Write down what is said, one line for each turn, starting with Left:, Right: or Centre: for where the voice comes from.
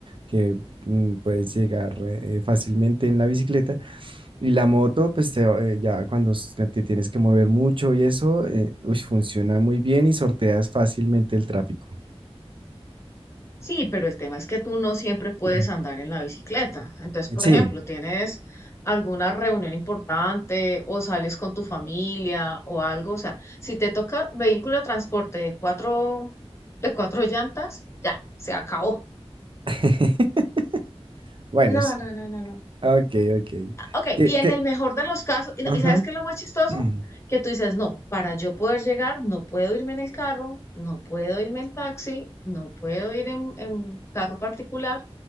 Right: que mm, puedes llegar eh, fácilmente en la bicicleta. Y la moto, pues te- eh, ya cuando s- te tienes que mover mucho y eso, eh, uy, funciona muy bien y sorteas fácilmente el tráfico.
Left: Sí, pero el tema es que tú no siempre
Right: <clears throat>
Left: puedes andar en la bicicleta. Entonces, por
Right: Sí.
Left: ejemplo, tienes alguna reunión importante o sales con tu familia o algo. O sea, si te toca vehículo de transporte de cuatro, de cuatro llantas, ya, se acabó.
Right: <laughs> Bueno,
Left: No, no, no, no, no.
Right: Ah, Ok, ok.
Left: Ok,
Right: ¿Qué,
Left: y en
Right: qué?
Left: el mejor de los casos, y, no-
Right: Ajá.
Left: ¿y sabes qué es lo más chistoso?
Right: <clears throat>
Left: Que tú dices, no, para yo poder llegar, no puedo irme en el carro, no puedo irme en taxi, no puedo ir en, en carro particular,